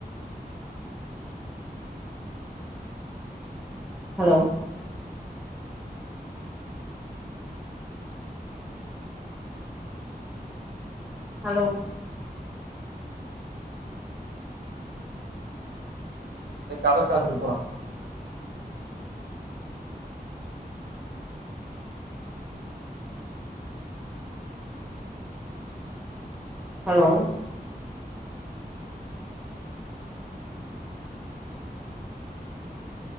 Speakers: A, in the centre; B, on the right (about 75°).
A: ஹலோ ஹலோ
B: டே கட சாத்திட்டு போடா
A: ஹலோ